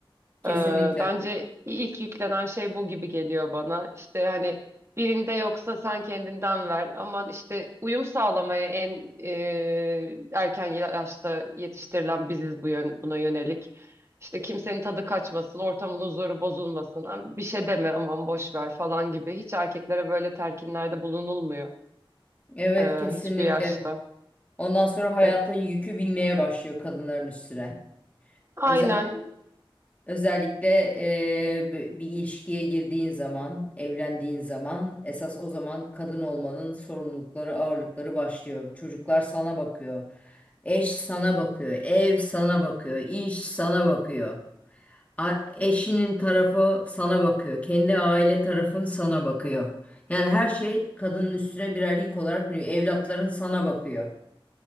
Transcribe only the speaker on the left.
Kesinlikle.
Evet,
kesinlikle.
Ondan sonra hayatın
yükü binmeye başlıyor kadınların üstüne.
Özel Özellikle e, bir ilişkiye girdiğin zaman, evlendiğin zaman esas o zaman kadın olmanın sorumlulukları, ağırlıkları başlıyor. Çocuklar sana bakıyor. Eş sana bakıyor. Ev sana bakıyor. iş sana bakıyor. A- eşinin tarafı sana bakıyor. Kendi aile tarafın sana bakıyor. Yani her şey kadının üstüne birer yük olarak biniyor. Evlatların sana bakıyor.